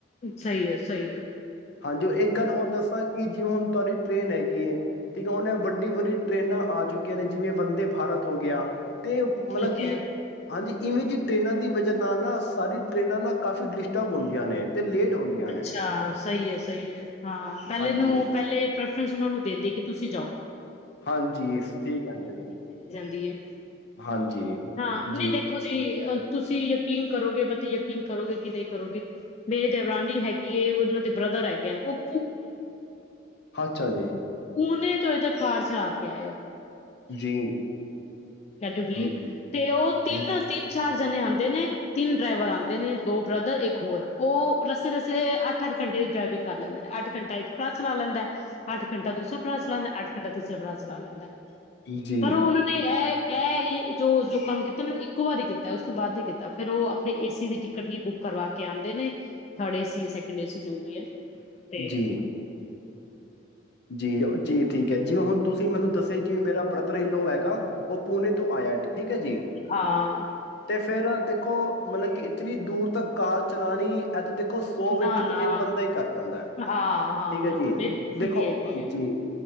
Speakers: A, on the left; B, on the left.
A: ਸਹੀ ਹੈ, ਸਹੀ ਹੈ।
B: ਜੋ ਇੱਕ ਗੱਲ ਹੋਰ ਦੱਸਾਂ ਕਿ ਜਿਵੇਂ ਹੁਣ ਤੁਹਾਡੀ ਟ੍ਰੇਨ ਹੈਗੀ ਏ ਠੀਕ ਆ ਉਹਨਾਂ ਵੱਡੀ ਵੱਡੀ ਟਰੇਨਾਂ ਆ ਚੁੱਕੀਆਂ ਨੇ ਜਿਵੇਂ ਵੰਦੇ ਭਾਰਤ ਹੋ ਗਿਆ ਤੇ ਮਤਲਬ
A: ਠੀਕ
B: ਕਿ
A: ਹੈ
B: ਹਾਂਜੀ ਇਵੇਂ ਜਿਹੀ ਟ੍ਰਰੇਨਾਂ ਦੀ ਵਜ੍ਹਾ ਨਾਲ ਨਾ ਸਾਾਰੀ ਟ੍ਰਰੇਨਾਂ ਨਾ ਕਾਫੀ ਡਿਸਟਰਬ ਹੁੰਦੀਆਂ ਨੇ ਅਤੇ ਲੇਟ ਹੁੰਦੀਆਂ
A: ਅੱਛਾ
B: ਨੇ
A: ਸਹੀ ਹੈ, ਸਹੀ ਹੈ। ਹਾਂ ਪਹਿਲੇ
B: ਹਾਂਜੀ
A: ਨੂੰ ਪਹਿਲੇ ਉਨ੍ਹਾਂ ਨੂੰ ਦਿੰਦੀ ਕਿ ਤੁਸੀਂ ਜਾਓ
B: ਹਾਂਜੀ। ਸ ਕਹਿੰਦੇ ਨੇ
A: ਦੀ ਹੈ।
B: ਹਾਂਜੀ
A: ਹਾਂ
B: ਜੀ।
A: ਨਹੀਂ ਦੇਖੋ ਜੀ ਅ, ਤੁਸੀਂ ਯਕੀਨ ਕਰੋਗੇ ਪਤੀ ਯਕੀਨ ਕਰੋਗੇ ਕਿ ਨਹੀਂ ਕਰੋਗੇ। ਮੇਰੀ ਦਵਰਾਨੀ ਹੈਗੀ ਉਹਨਾਂ ਬ੍ਰਦਰ ਹੈਗੇ ਨੇ ਉਹ ਪ
B: ਅੱਛਾ ਜੀ,
A: ਪੁਣੇ ਤ ਇਹ ਤਾਂ ਕਾਰ ਛਲਾਾ ਕੇ ਆਇਓ
B: ਜੀ।
A: ਕੈਨ ਯੂ ਬਿਲੀਵ
B: ਹੂੰ,
A: ਤੇ ਉਹ ਤਿੰਨ,
B: ਹੂੰ,
A: ਤਿੰਨ, ਚਾਰ ਚਾਰ ਜਣੇ ਆਉਂਦੇ ਨੇ ਤਿੰਨ ਡਰਾਈਵਰ ਆਉਂਦੇ ਨੇ ਦੋ ਬਰਦਰ ਇੱਕ ਹੋਰ ਉਹ ਰਸਤੇ ਰਸਤੇ ਅੱਠ ਅੱਠ ਘੰਟੇ ਦੀ ਡਰਾਈਵਿੰਗ ਕਰ ਲੈਂਦੇ ਨੇ ਅੱਠ ਘੰਟਾ ਇੱਕ ਭਰਾ ਚਲਾ ਲੈਂਦਾ ਹੈ ਅੱਠ ਘੰਟਾ ਦੂਸਰਾ ਭਰਾ ਚਲਾ ਲਂਦਾ ਅੱਠ ਘੰਟਾ ਤੀਸਰਾ ਭਰਾ ਚਲਾ ਲੈਂਦਾ
B: ਜੀ।
A: ਪਰ ਉਹਨਾਂ ਨੇ ਇਹ ਇਹ ਇਹ ਜੋ ਜੋ ਕੰਮ ਕੀਤਾ ਨਾ ਇੱਕ ਵਾਰੀ ਕੀਤਾ ਉਸ ਤੋਂ ਬਾਅਦ ਨੀ ਕੀਤਾ ਫੇਰ ਉਹ ਆਪਣੀ ਏ ਸੀ ਦੀ ਟਿਕਟ ਹੀ ਬੁੱਕ ਕਰਵਾ ਕੇ ਆਉਂਦੇ ਨੇ third A C second A C ਜੋ ਵੀ ਹੈ ਤੇ
B: ਜੀ ਜੀ ਜੀ ਠੀਕ ਹੈ ਜਿਵੇਂ ਹੁਣ ਤੁਸੀਂ ਮੈਨੂੰ ਦੱਸਿਆ ਕੀ ਮੇਰਾ ਬ੍ਰਦਰ ਇਨਲੋ ਹੈਗਾ ਉਹ ਪੂਨੇ ਤੋਂ ਆਇਆ ਠੀਕ ਹੈ ਜੀ
A: ਹਾਂ
B: ਤੇ ਫੇਰ ਦੇਖੋ ਮਤਲਬ ਕਿ ਇਤਨੀ ਦੂਰ ਤੱਕ ਕਾਰ ਚਲਾਣੀ ਇਥੇ ਦੇਖ ਉਹ ਸੌ
A: ਨਾ
B: ਵਿੱਚੋਂ
A: ਨਾ
B: ਇੱਕ ਬੰਦਾ ਹੀ ਕਰ ਪਾਉਂਦਾ
A: ਹਾਂ ਹਾਂ
B: ਠੀਕ ਹੈ ਜੀ
A: ਤੇ ਬੇਵਕੂਫੀ
B: ਦੇਖੋ
A: ਵੀ ਹੈਗੀ
B: ਹਾਂਜੀ
A: ਹੈ